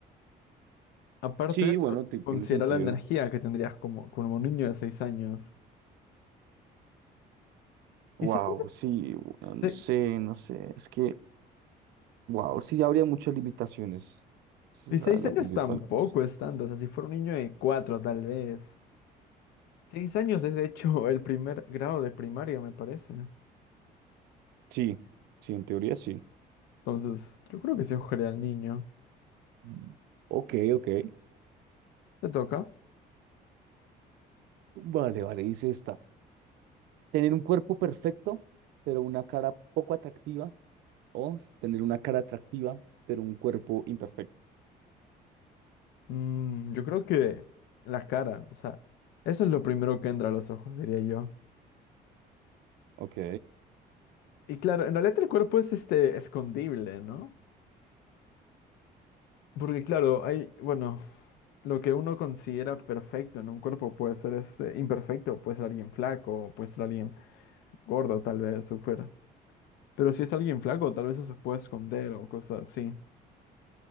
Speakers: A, on the left; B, on the right.
A: Aparte
B: Sí,
A: de
B: bueno,
A: eso,
B: ti-
A: considera
B: tiene sentido.
A: la energía que tendrías como, como un niño de 6 años.
B: Wow,
A: Y seis
B: sí, bueno, no
A: años
B: sé, no sé, es que, wow, sí, habría muchas limitaciones. Esa
A: y
B: es
A: seis
B: la, la
A: años
B: principal.
A: tampoco
B: cosa.
A: es tanto, o sea, si fuera un niño de 4 tal vez. seis años es de hecho el primer grado de primaria, me parece.
B: Sí, sí, en teoría sí.
A: Entonces, yo creo que se ojaría al niño.
B: Mm, Ok, ok.
A: ¿Te toca?
B: Vale, vale, dice esta. Tener un cuerpo perfecto, pero una cara poco atractiva. O tener una cara atractiva, pero un cuerpo imperfecto.
A: Mm, yo creo que la cara, o sea, eso es lo primero que entra a los ojos, diría yo.
B: Ok.
A: Y claro, en realidad el cuerpo es este escondible, ¿no? Porque claro, hay, bueno, lo que uno considera perfecto en un cuerpo puede ser este imperfecto, puede ser alguien flaco, puede ser alguien gordo, tal vez, súper. Pero si es alguien flaco, tal vez eso se puede esconder o cosas así.